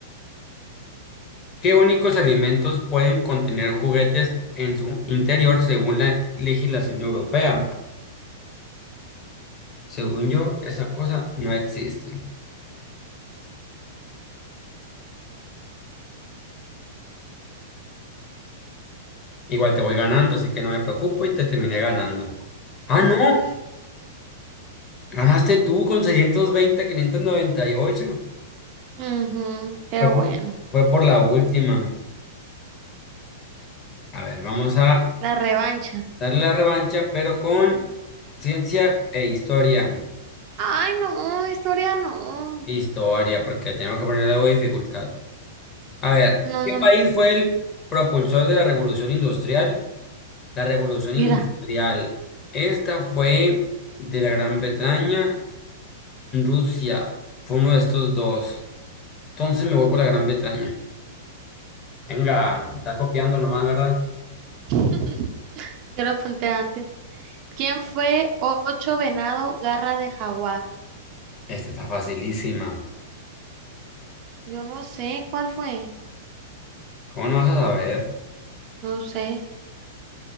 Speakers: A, on the left (about 30°); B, on the right (about 45°).
A: ¿Qué únicos alimentos pueden contener juguetes en su interior según la legislación europea? Según yo, esa cosa no existe. Igual te voy ganando, así que no me preocupo y te terminé ganando. Ah,
B: <laughs>
A: no, ganaste tú con 620, 598.
B: Ujú, qué
A: Fue
B: bueno.
A: por, fue por la última. A ver, vamos a
B: La revancha.
A: Darle la revancha, pero con ciencia e historia.
B: Ay, no, historia no.
A: Historia, porque tenemos que poner algo de dificultad. A ver,
B: No,
A: ¿qué
B: no.
A: país fue el propulsor de la revolución industrial? La revolución industrial.
B: Mira,
A: Esta fue de la Gran Bretaña, Rusia. Fue uno de estos dos. Entonces me voy por la Gran Bretaña. Venga, me estás copiando nomás, ¿verdad?
B: <laughs> yo lo apunté antes. ¿Quién fue ocho venado, garra de jaguar?
A: Esta está facilísima.
B: Yo no sé cuál fue.
A: ¿Cómo no vas a saber?
B: No sé.